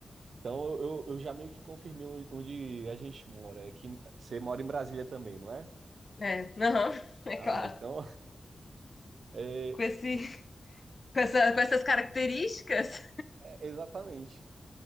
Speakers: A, on the right; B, on the left.
A: então eu, eu eu já meio que confirmei onde a gente mora. É que você mora em Brasília também, não é?
B: É, aham, <laughs> é
A: Ah,
B: claro.
A: então, <laughs> é,
B: Com esse, com essa, com essas características.
A: é, exatamente.